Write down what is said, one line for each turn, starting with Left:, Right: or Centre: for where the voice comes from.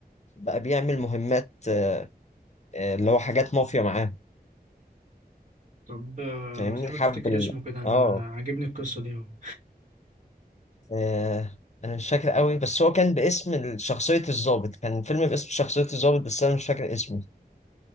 Left: بقى بيعمل مهمات آه اللي هو حاجات مافيا معاهم
Right: طب آه،
Left: فاهمني
Right: ما تحاول
Left: حب
Right: تفتكر
Left: ال...
Right: اسمه كده انا
Left: اه
Right: أنا عاجبني القصه دي أوي
Left: آه، انا مش فاكر قوي بس هو كان باسم ال- شخصية الضابط كان فيلم باسم شخصية الضابط بس انا مش فاكر اسمه